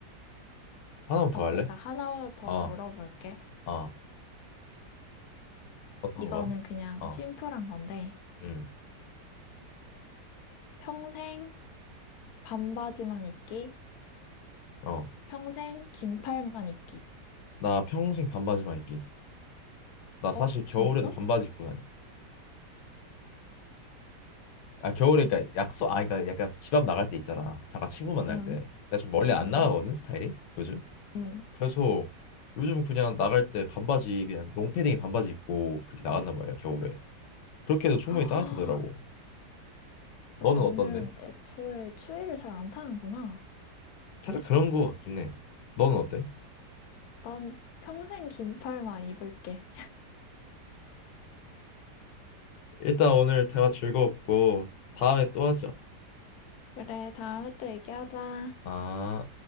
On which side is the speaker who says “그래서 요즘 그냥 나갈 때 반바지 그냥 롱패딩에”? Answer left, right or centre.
Left